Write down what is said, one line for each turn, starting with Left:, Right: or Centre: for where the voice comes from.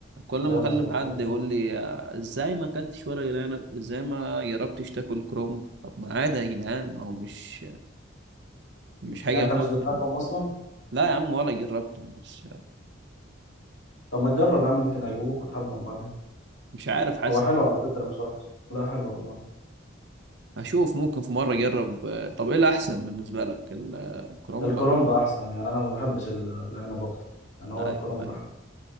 Right: كل
Left: بقى
Right: ما اكلم
Left: مظبوط حلو
Right: حد يقول لي آه، ازاي ما اكلتش ورق العنب ازاي ما جربتش تاكل كرنب طب ما عادي يا جدعان هو مش مش حاجه
Left: يعني انت
Right: غلط.
Left: مش بتحبهم اصلا
Right: لا يا عم ولا جربتهم بس
Left: طب ما تجرب يا عم يمكن هيعجبوك وتحبهم بعدين
Right: مش عارف حاسس
Left: هو حلو على فكره مش وحش لا حلو والله
Right: هشوف ممكن في مرة أجرب آه، طب إيه الأحسن بالنسبة لك ال- آه، الكرومب
Left: الكرنب
Right: ولا
Left: احسن يعني انا ما بحبش ال- العنب اكتر يعني هو
Right: أيوه
Left: الكرنب
Right: أيوه
Left: احلى